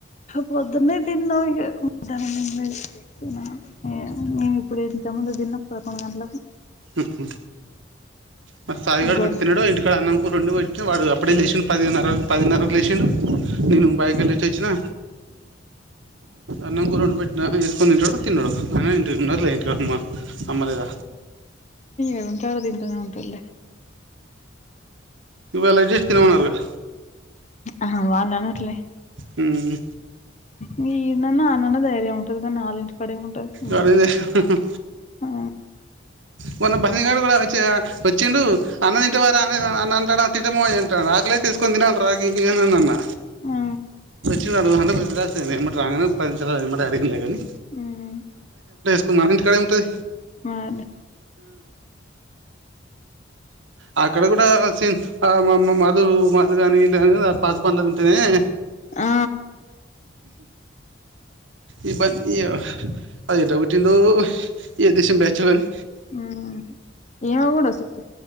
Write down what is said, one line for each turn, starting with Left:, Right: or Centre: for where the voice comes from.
Left: పొద్దున్నే తిన్నాం ఇగ, దాని నిన్నే తిన ఏ అన్నీ ఇప్పుడె ఇంతముందు దిన్నం పదకొండు గంట్లకు
Right: ఉహు, మా సాయిగాడు
Left: గోర్
Right: ఇడ తినడు ఇంటికాడ అన్నం కు రెండువెట్ట్నం వాడు అప్పడే లేసండు, పదిన్నరకు పదిన్నరకు లేసిండు.
Left: అమ్మ
Right: నేను బైక ఎల్లేచొచ్చ్నా అన్నం కూర వండిపెట్ట్న ఏస్కొని తింటడొ, తిన్నడొ ఐన ఏంటి ఉన్నరుల్లే ఇంటికడ అమ్మ అమ్మ లేేద.
Left: ఎదుంటే అదింటనే ఉంటలే
Right: ఇళ అడ్జెస్ట్ తినమనాన్నారుకా
Left: అహ వల్నానట్లే
Right: హ్మ్
Left: మీ నన్న ఆ నాన్న ధైర్యయం ఉంటుంది కానీ ఆాలుం పనేముంటది ఉండదు
Right: వాడు ఏం చేసిండు
Left: ఊ
Right: కొన్న బన్ని గాడు కూడా వచ్చి వచ్చిండు అన్న తింటావార అ అ అంటాను తింటామో అని అంటాడు ఆకలే తీసుకొని తినాలి రా గి అని అని అన్న
Left: ఆ
Right: అ ఏట రాంగనే పరి ఏట అరిగిలే కానీ
Left: మ్మ్
Right: కు మాడ ఎ
Left: మరి
Right: ఆ అక్కడ కూడా మామ్ మధు మాధు కాగానీ వల్ళ పాత పంది ఉంటేనే అ
Left: ఆ
Right: ఇ బ ఇ అది ఏట కుటిందో ఏ దేశం బ్యాచ్ కాని
Left: ఆ ఈమో కూడా వొస్తది